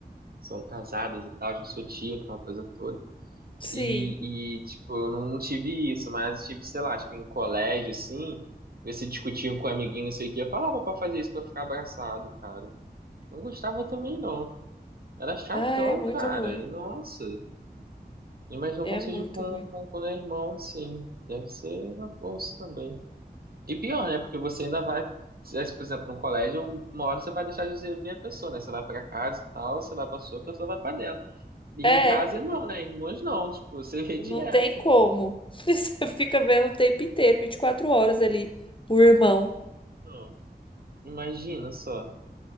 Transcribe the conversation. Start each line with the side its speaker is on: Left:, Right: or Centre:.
Right: são casadas e tal, já sou tia, aquela coisa toda.
Left: Sim.
Right: E, e tipo, eu não, não tive isso, mas tive, sei lá, tipo, em colégio, assim, você discutiam com um amiguinho, não sei o que, eu falava pra fazer isso pra ficar abraçado, cara. Não gostava também, não. Era chatão,
Left: Ai, é muito
Right: cara.
Left: ruim.
Right: Nossa. Imagino
Left: É
Right: como
Left: muito
Right: seja com,
Left: ruim.
Right: com, quando é irmão, assim. Deve ser na bolsa também. E pior, né? Porque você ainda vai. Se é, por exemplo, num colégio, uma hora você vai deixar de ver a pessoa, né? Você vai pra casa e tal, você vai pra sua, a pessoa vai pra dela. E
Left: É,
Right: em casa não, né? Irmãos não. Tipo, você vê
Left: Não
Right: direto.
Left: tem como. <laughs> Você fica vendo o tempo inteiro, 24 horas ali, o irmão.
Right: Então, imagina só.